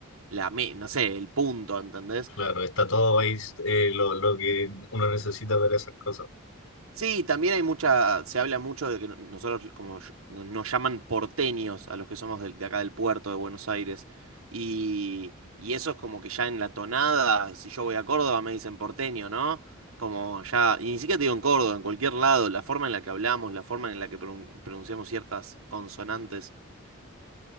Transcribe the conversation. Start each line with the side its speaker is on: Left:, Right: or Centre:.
Right: la, me- no sé, el punto, ¿entendés?
Left: Claro, está todo ahí eh, lo, lo que uno necesita para esas cosas.
Right: Sí, también hay mucha, se habla mucho de que no- nosotros como ll- no- nos llaman porteños a los que somos del- de, acá del puerto de Buenos Aires. Y, y eso es como que ya en la tonada, si yo voy a Córdoba me dicen porteño, ¿no? Como ya, y ni siquiera te digo en Córdoba, en cualquier lado, la forma en la que hablamos, la forma en la que pronun- pronunciamos ciertas consonantes